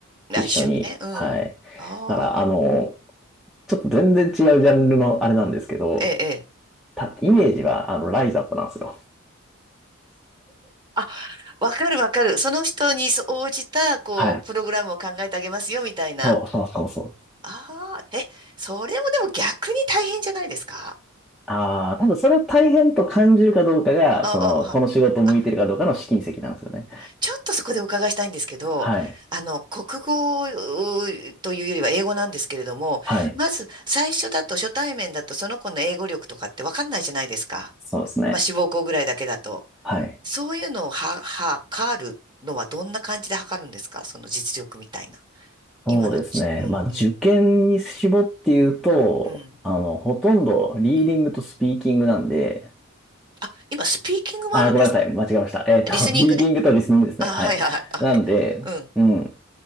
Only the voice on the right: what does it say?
あ、一緒にね、うん。
ああ、
ええ、ええ。
あ、わかるわかる。その人に応じた、こう、
プログラムを考えてあげますよ、みたいな。
ああ、え、それもでも逆に大変じゃないですか
ああ、
あ、あちょっとそこでお伺いしたいんですけど、
あの、国語うというよりは英語なんですけれども、
まず最初だと初対面だとその子の英語力とかってわかんないじゃないですか。
まあ、志望校ぐらいだけだと。
そういうのをは、測るのはどんな感じで測るんですかその実力みたいな。今のち、
うん、
うん、うん、
うん。あ、今スピーキングもあるんです。
リスニングね。
あ、はいはい。
あ
OK うん。